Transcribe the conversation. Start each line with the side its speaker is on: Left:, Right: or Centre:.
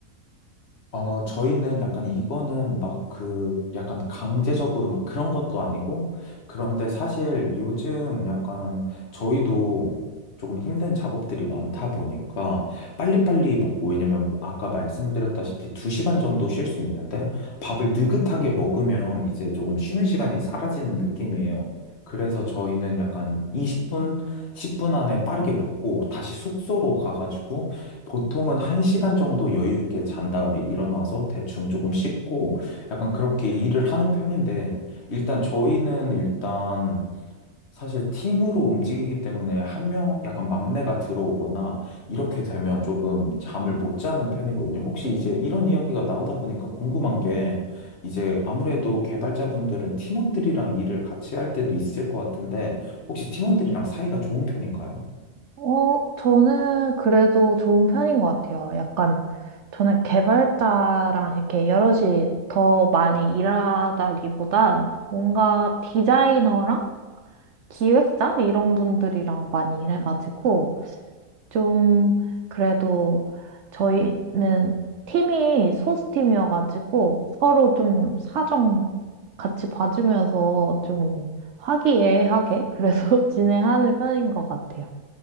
Left: 어, 저희는 약간 이거는 막 그, 약간 강제적으로 막 그런 것도 아니고, 그런데 사실 요즘 약간 저희도 조금 힘든 작업들이 많다 보니까 빨리빨리 먹고, 왜냐면 아까 말씀드렸다시피 두시간 정도 쉴 수 있는데 밥을 느긋하게 먹으면 이제 조금 쉬는 시간이 사라지는 느낌이에요. 그래서 저희는 약간 20분, 10분 안에 빠르게 먹고 다시 숙소로 가가지고 보통은 한시간 정도 여유 있게 잔 다음에 일어나서 대충 조금 씻고 약간 그렇게 일을 하는 편인데 일단 저희는 일단 사실 팀으로 움직이기 때문에 한 명 약간 막내가 들어오거나 이렇게 되면 조금 잠을 못 자는 편이거든요. 혹시 이제 이런 이야기가 나오다 보니까 궁금한 게 이제 아무래도 개발자분들은 팀원들이랑 일을 같이 할 때도 있을 것 같은데 혹시 팀원들이랑 사이가 좋은 편인가요?
Right: 어, 저는 그래도 좋은 편인 것 같아요. 약간, 저는 개발자랑 이렇게 여럿이 더 많이 일하다기보단 뭔가 디자이너랑 기획자? 이런 분들이랑 많이 일해가지고, 좀, 그래도 저희는 팀이 소수팀이어가지고 서로 좀 사정 같이 봐주면서 좀 화기애애하게 그래서 <laughs> 진행하는 편인 것 같아요.